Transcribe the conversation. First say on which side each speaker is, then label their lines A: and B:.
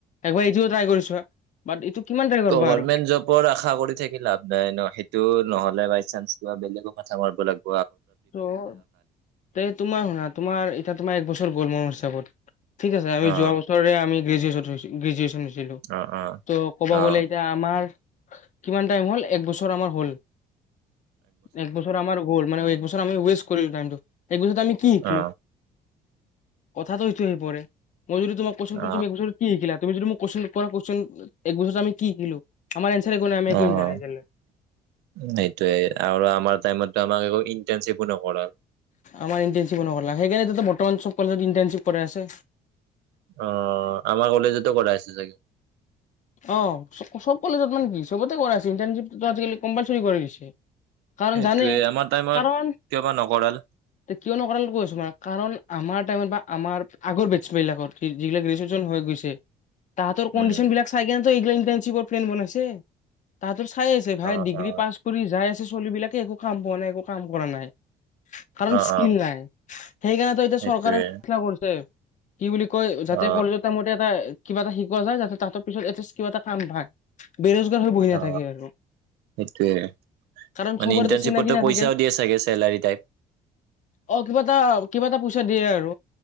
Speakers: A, on the left; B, on the right.
A: এবাৰ ইটো ট্ৰায় কৰি চোৱা। বাট এইটো কিমান ট্ৰাই কৰবা
B: গভাৰ্ণমেণ্ট
A: আৰু
B: জবৰ আশা কৰি থাকি লাভ নাই ন, সেইটো নহ'লে বাইচাঞ্চ কিবা বেলেগো মাঠা মা লাগ
A: ত', তে তোমাৰ শুনা তোমাৰ এতিয়া তোমাৰ এক বছৰ গ'ল মোৰ চাপ'ৰ্ট ঠিক আছে, আমি
B: অ
A: যোৱা বছৰে আমি গ্ৰেজুৱেটত থৈছিল, গ্ৰেজুৱেচন হৈছি লো,
B: অ অ
A: ত' ক'ব
B: অ
A: গ'লে এতিয়া আমাৰ কিমান টাইম হ'ল এক বছৰ আমাৰ হ'ল। এক বছৰ আমাৰ হ'ল মানে এক বছৰ আমি ওৱাস্ট কৰিলো টাইমটো। এক বছৰত আমি কি শিকলো?
B: অ
A: কথাটো সেইটোৱে হৈ পৰে। মই যদি তোমাক কোৱেচন
B: অ
A: সুধো তুমি এক বছৰত কি শিকিলা? তুমি যদি মোক কোৱেচন পৰা কোৱেচন এক বছৰত আমি কি শিকিলো? আমাৰ এনচাৰ একো নাই আমি একো
B: অ',
A: শিকা
B: অ,
A: নাই এতিয়ালৈ
B: ' সেইটোয়ে আৰু আমাৰ টাইমতো আমাক একো ইন্টানশিপো নকৰাল।
A: আমাৰ ইণ্টাৰনশিপ নকৰলা। সেইকাৰণেতোটো বৰ্তমান চব কলেজত ইণ্টাৰ্নশ্বিপ কৰাই আছে।
B: অ' আমাৰ কলেজতো কৰাই আছে চাগে।
A: অ' চব চব কলেজত মানে কি? চবতে কৰাই আছে, ইন্টাৰশিপটোতো আজিকালি কম্পালচৰি কৰা গেছি। কাৰণ
B: সেইটোয়ে
A: জানে,
B: আমাৰ টাইমত
A: কাৰণ
B: কিয় বা নকৰাল
A: ত' কিয় নকৰালে কৈ আছো না। কাৰণ আমাৰ টাইমত বা আমাৰ আগৰ বেস্ত বিলাকত, যিগিলাক গ্ৰেজুৱেচন হৈ গৈছে তাহাঁতৰ কন্ডিশ্যন
B: উম
A: বিলাক সিহঁতৰ এইগিলাক ইন্টানশিপৰ ফ্ৰেণ্ড বনাইছে। তাতো খাই আছে ভাই।
B: অ
A: ডিগ্ৰী
B: অ
A: পাছ কৰি যাই আছে ছলি বিলাকে একো কাম পোৱা নাই একো, কাম কৰা নাই। কাৰণ
B: অ
A: স্কিল
B: অ
A: নাই। সেইকাৰণে তো এতিয়া
B: সেইটোয়ে
A: চৰকাৰে এতিয়া সুবিধা কৰিছে। কি বুলি কয় যাতে
B: অ
A: কলেজৰ টাইম তে এটা কিবা এটা শিকোৱা যাতে তাতে। পিছত এটাছ কিবা এটা কাম ভাই। বেৰোজগাৰ হৈ বহি নাথাকে
B: অ
A: আৰু
B: সেইটোয়ে
A: কাৰণ
B: মানে
A: চবৰেতো
B: ইন্টাৰ্ণশ্বিপতো
A: চিনাকি নাথাকে
B: পইচাও দিয়ে চাগে চেলাৰী টাইপ
A: অ', কিবা এটা কিবা এটা প'ষ্ট চা দিয়ে আৰু।